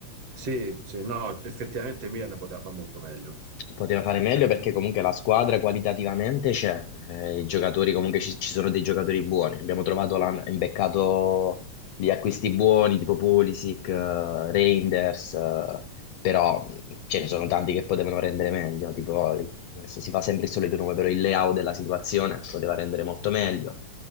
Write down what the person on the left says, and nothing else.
Poteva fare meglio
perché comunque la squadra qualitativamente c'è, eh, i giocatori comunque ci, ci sono dei giocatori buoni. Abbiamo trovato, l'hanno imbeccato di acquisti buoni tipo Pulisic, eh, Reinders, eh, però ce ne sono tanti che potevano rendere meglio. Tipo, adesso si fa sempre il solito nome, però il Leao della situazione poteva rendere molto meglio.